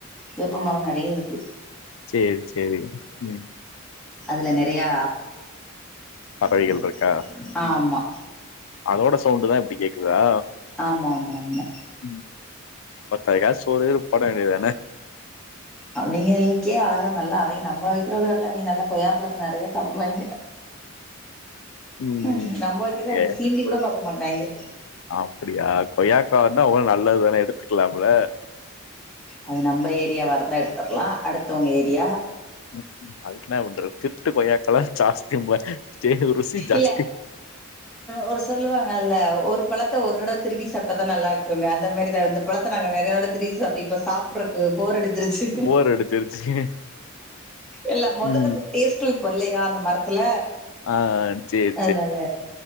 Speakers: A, in the centre; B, on the left (about 65°).
A: வேப்பமரோ நெறைய இருக்கு
B: சேர் சேரி மா ம்
A: அதுல நெறையா
B: பறவைகள்
A: ம்
B: இருக்கா ம்
A: ஆமா
B: அதோட சவுண்ட்தா இப்டி கேக்குதா
A: ஆமா ஆமா ஆமா
B: ம் <unintelligible> கா சோறு குறு போட் வேண்டியதானே
A: அவேங்களுக்கே அழகா நல்ல அவேங்க நம்ப வைக்கிறது இடல அவங்க நல்ல கொய்யாப்பழத்த நெறைய சாப்பிடுவாங்க
B: ம்
A: ஹ நம்ப வக்கிரத அவிங்க
B: ஏ
A: சீன்டி கூட பாக்க மாட்டாக
B: அப்டியா கொய்யாக்கனா அவ்ளவு நல்லதுதானே எடுத்துக்கலாம்ல
A: அது நம்ப ஏரியாவா இருந்தா எடுத்தற்லா அடுத்தவங்க ஏரியா
B: ம் அதுக் என்னா பண்றது திருட்டு கொய்யாக்கல ஜாஸ்தி பா ருசி ஜாஸ்தி
A: இல்ல ஒரு சொல்லுவாங்கல்ல ஒரு பழத்த ஒரு தடவ திருடி சாப்டா தா நல்லா இருக்குனு அந்த மாரி இந்த பழத்த நாங்க நெறையதடவ திருடி அப்டி இப்ப சாப்பிறதுக்கு போர் அடுச்சிருச்சு
B: போர் அடிச்சிருச்சு
A: எல்லா முதர்ந்து
B: ம்
A: டேஸ்டு இப்ப இல்லா அந்த மரத் த்ல
B: ஆ சேரி
A: அதனால